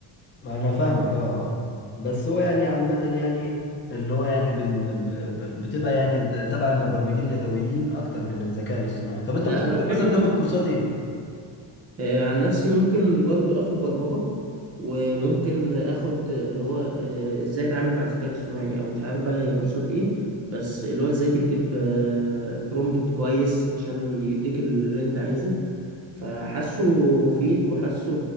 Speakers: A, on the left; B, on the right.
A: ما انا فاهمك اه اه بس هو يعني عامة يعني ايه اللي هو يعني بن ب ب بتبقى يعني د- تبع المبرمجين اليدويين اكتر من الذكاء الاصطناعي طب انت بتفكر
B: آه، انا
A: مثلا
B: فاهم
A: تاخد كورسات ايه
B: آه، عن نفسي ممكن برضو اخد برمجة وممكن اخد اللي هو آه، ازاي اتعامل مع الذكاء الاصطناعي او مش عارف بقى هي كورسات ايه بس اللي هو ازاي تكتب برومبت كويس عشان يديك اللي انت عايزه فحاسه مفيد وحاسه